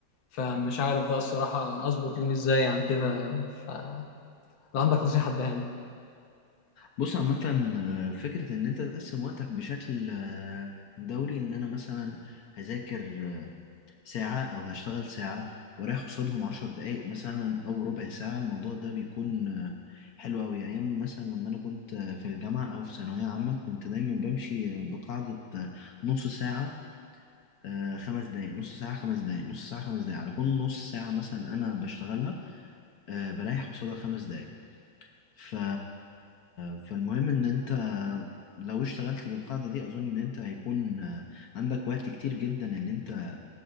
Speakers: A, on the left (about 75°); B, on the left (about 60°).
A: فمش عارف بقى الصراحة أظبط يومي إزاي عن كده فلو عندك نصيحة اديها لي
B: بص عامة آه، فكرة ان انت تقسم وقتك بشكل آه، دوري ان انا مثلا هذاكر آه، ساعة او هشتغل ساعة ورايح قصادهم عشر دقايق مثلا او ربع ساعة الموضوع ده بيكون آه، حلو اوي ايام مثلا لما انا كنت آه، في الجامعة او في ثانوية عامة كنت دايما بمشي آه، بقاعدة آه، نص ساعة آه، خمس دقايق نص ساعة خمس دقايق نص ساعة خمس دقايق على كل نص ساعة مثلا أنا بشتغلها آه، بريح قصادها خمس دقايق ف... فالمهم إن أنت لو اشتغلت بالقاعدة دي أظن إن أنت هيكون آه، عندك وقت كتير جدا إن أنت